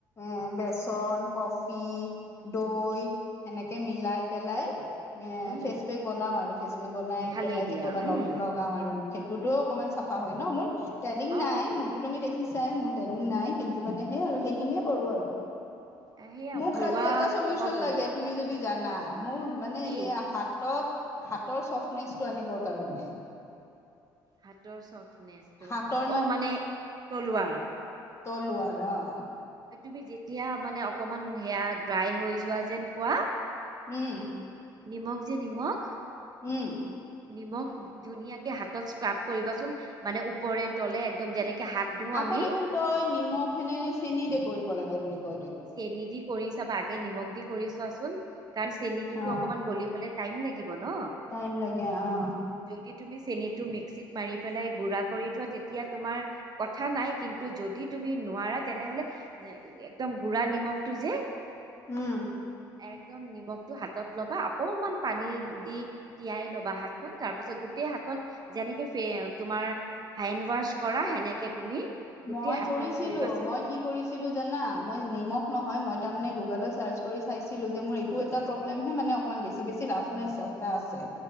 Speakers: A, on the left; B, on the right.
A: এ বেচন, কফি, দৈ সেনেকে মিলাই পেলাই এ
B: উম
A: ফেচ পেক বনাও আৰু, ফেচ পেক বনাই
B: ভালেই
A: পেলাই
B: দিয়া
A: কেতিয়াবা
B: উম
A: লগ লগ লগাও আৰু মোক সেইটোতো অকমান চাফা হয় ন মোৰ, টেৰ্ণিং
B: অ
A: নাই মোৰতো তুমি দেখিছাই মোৰ টেনিং নাই
B: দেখিছো
A: কিন্তু মানে সেই আৰু
B: উম
A: সেইখিনিয়ে কৰো আৰু।
B: সেয়া
A: মোক
B: ঘৰুৱা
A: কালি এটা চলিউচন
B: সামগ্ৰী
A: লাগে তুমি যদি যদি জানা, মোৰ মানে
B: কি
A: এইয়া হাতত হাতৰ চফ্টনেচটো আনিবৰ কাৰণে।
B: হাতৰ ছফ্টনেচটো
A: হাতৰ
B: অ মানে তলুৱাৰ?
A: তলুৱাৰ অহ।
B: তুমি যেতিয়া মানে অকমান সেয়া ড্ৰাই হৈ যোৱা যেন পোৱা
A: উম।
B: নিমখ যে নিমখ
A: উম।
B: নিমখ ধুনীয়াকে হাতত স্ক্ৰাব কৰিবাচোন মানে উপৰে তলে একদম যেনেকে হাত ধুও
A: আকৌ
B: আমি
A: দেখোন কয় নিমখ এনে চেনি দে কৰিব লাগে বুলি। কয় দেখোন
B: চেনি দি কৰি চাবা। আগে নিমখ দি কৰি চোৱাচোন কাৰণ চেনিটোতো
A: অ
B: অকনমান গলিবলে টাইম লাগিব ন।
A: টাইম লাগে অ।
B: যদি তুমি চেনিটো মিক্সিত মাৰি পেলাই গুড়া কৰি থোৱা তেতিয়া তোমাৰ কথা নাই কিন্তু যদি তুমি নোৱাৰা তেনেহলে এ একদম গুড়া নিমখটো যে।
A: উম
B: একদম নিমখটো হাতত ল'বা অকনমান পানী দি তিয়াই ল'বা শাকখন তাৰ পাছত গোটেই শাকখন যেনেকে ফে তোমাৰ হেণ্ড ৱাছ কৰা। সেনেকে তুমি গোটেই
A: মই
B: হাতখন
A: কৰিছিলো
B: কৰিবাচোন
A: মই কি কৰিছিলো জানা মই নিমখ নহয় মই তাৰ মানে গুগলত চাৰ্চ কৰি চাইছিলো যে মোৰ টো এটা প্ৰব্লেম হে মানে অকমান বেছি বেছি ৰাফনেছ এটা আছে